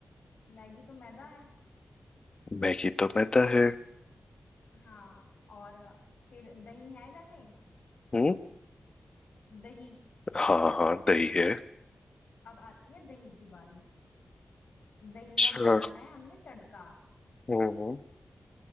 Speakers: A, on the left; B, on the left.
A: मैगी तो मैदा है
B: मैगी तो मैदा है
A: हाँ और फिर दही है घर में
B: हम्म
A: दही
B: हाँ हाँ दही है
A: अब आती है दही की बारी दही में
B: अच्छा
A: अब लगाना है हमने तड़का
B: हम्म